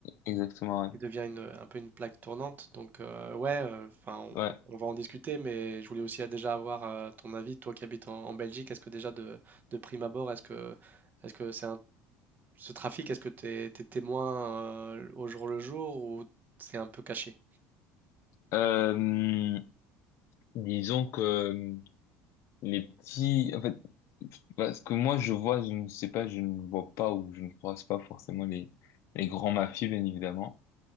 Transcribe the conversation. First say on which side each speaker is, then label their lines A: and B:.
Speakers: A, on the left (about 60°); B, on the right (about 35°).
A: Exactement, ouais.
B: qui devient une, un peu une plaque tournante donc heu, ouais, euh, enfin, on
A: Ouais.
B: on va en discuter mais je voulais aussi, heu, déjà avoir, heu, ton avis, toi qui habites en en Belgique. Est-ce que déjà de de prime abord, est-ce que est-ce que c'est un ce trafic, est-ce que t'es, t'es témoin euh, au jour le jour ou c'est un peu caché?
A: Euh, disons que euh, les petits, en fait, parce que moi je vois, je ne sais pas, je ne vois pas ou je ne croise pas forcément les les grands mafieux, bien évidemment.